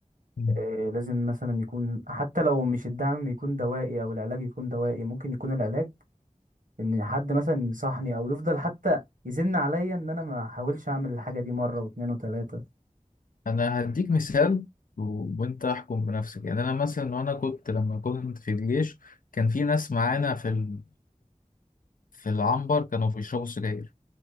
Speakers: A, on the left (about 80°); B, on the right (about 75°).
A: مم.
B: آه، لازم مثلا يكون حتى لو مش الدعم يكون دوائي او العلاج يكون دوائي ممكن يكون العلاج ان حد مثلا ينصحني او يفضل حتى يزن عليا ان انا ما احاولش اعمل الحاجه دي مره واتنين وتلاته
A: انا هديك مثال و- وانت احكم بنفسك يعني انا مثلا وانا كنت لما كنت في الجيش كان في ناس معانا في ال... في العنبر كانوا بيشربوا سجاير